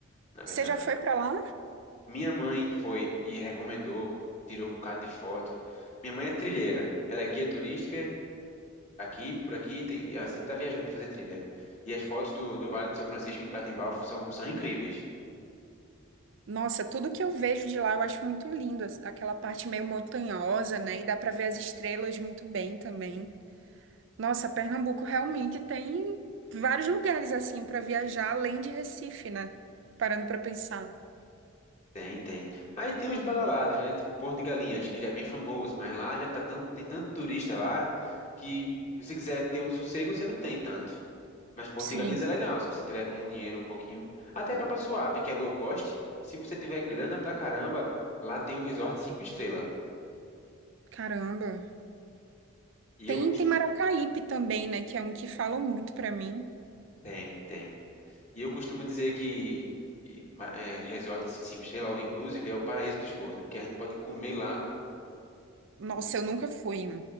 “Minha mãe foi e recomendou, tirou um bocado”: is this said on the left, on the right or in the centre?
Left